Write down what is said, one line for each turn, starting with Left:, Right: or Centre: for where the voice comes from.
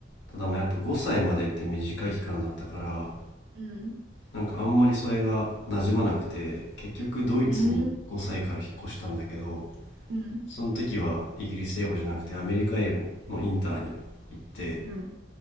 Left: ただまあやっぱ5歳までって短い期間だったから、
Right: うん。
Left: なんかあんまりそれが馴染まなくて、結局ドイツに5歳から引っ越したんだけど、
Right: うん、うん、うん。
Left: その時はイギリス英語じゃなくてアメリカ英語のインターに行って
Right: うん。